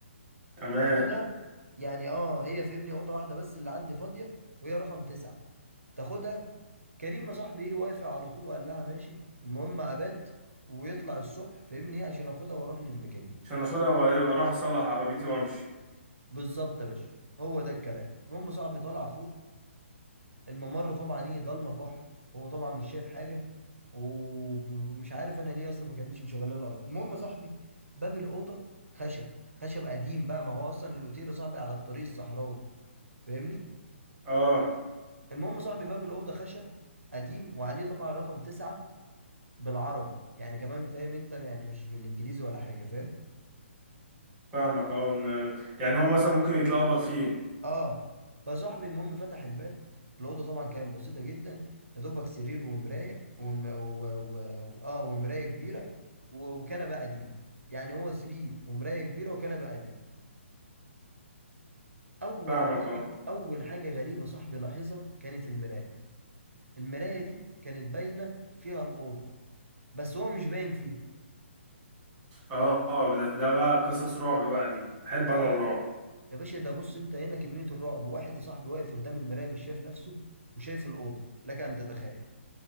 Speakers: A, on the right; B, on the right.
A: تمام
B: تاخدها يعني اه هي فهمني أوضة واحدة بس اللي عندي فاضية وهي رقم تسعة تاخدها كريمة صاحبي ايه وافق على طول وقال لها ماشي المهم أبات ويطلع الصبح فهمني ايه عشان اخدها واروح للميكانيك
A: عشان اخدها وايه واروح اصلح عربيتي وامشي
B: بالظبط يا باشا هو ده الكلام المهم صاحبي طلع فوق الممر طبعا ايه ضلمه كحل هو طبعا مش شايف حاجه وب- ومش عارف انا ليه اصلا ما كانتش مشغله الالوان المهم يا صاحبي باب الاوضه خشب خشب قديم بقى ما هو اصلا الاوتيل يا صاحبي على الطريق الصحراوي فاهمني
A: اه
B: المهم يا صاحبي باب الاوضه خشب قديم وعليه طبعا رقم تسعة بالعربي يعني كمان فاهم انت يعني مش بالانجليزي ولا حاجه فاهم
A: فاهمك اه إن- يعني هو مثلا ممكن يتلخبط فيه
B: اه فصاحبي المهم فتح الباب الاوضه طبعا كانت بسيطه جدا يا دوبك سرير ومرايه وم... و... و... و... اه ومرايه كبيره و... وكنبه قديمه يعني هو سرير ومرايه كبيره وكنبه قديمه اول
A: فاهمك
B: حاجه
A: اه
B: اول حاجه غريبه صاحبي لاحظها كانت المرايه المرايه دي كانت باينه فيها الاوضه بس هو مش باين فيها
A: اه آه، ده ده بقى قصص رعب بقى دي احب انا
B: اه
A: الرعب
B: يا باشا ده بص انت هنا كميه الرعب واحد يا صاحبي واقف قدام المرايه مش شايف نفسه وشايف الاوضه لك ان تتخيل